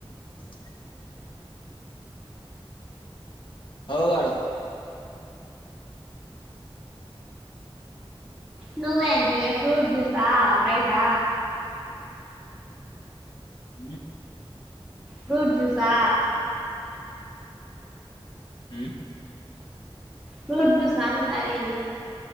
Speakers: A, on the left; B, in the centre.
A: స అ వాడ
B: ను ఏం చె ఫ్రూట్ జూస్ ఆా బైటా
A: అ
B: ఫ్రూట్ జూసా
A: అ
B: ఫూడ్ సను తాగే ద్